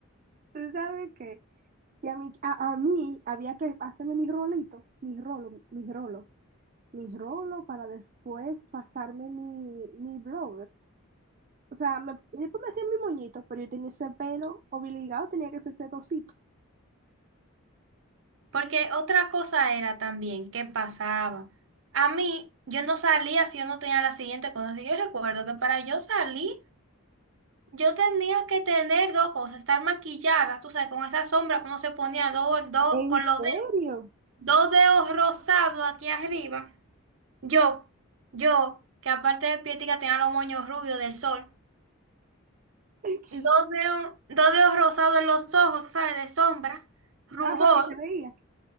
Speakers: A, on the right (about 40°); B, on the right (about 60°).
A: ¿Tú sabes qué? Que a mí, a, a mí había que hacerme mi rolito, mi rolo, mi rolo mi rolo para después pasarme mi, mi blower O sea, me, yo pues me hacía mi moñito, pero yo tenía ese pelo obligado, tenía que hacer ese trocito.
B: Porque otra cosa era también qué pasaba. A mí, yo no salía si yo no tenía la siguiente cosa. Yo recuerdo que para yo salir, yo tenía que tener dos cosas, estar maquillada, tú sabes, con esa sombra que uno se ponía dos, dos,
A: ¿En
B: con los
A: serio?
B: dedos, dos dedos rosados aquí arriba. Yo, yo, que aparte de pietica tenía los moños rubios del sol,
A: <laughs>
B: dos dedos, dos dedos rosados en los ojos, tú sabes, de sombra, rubor,
A: Ah, porque se veía.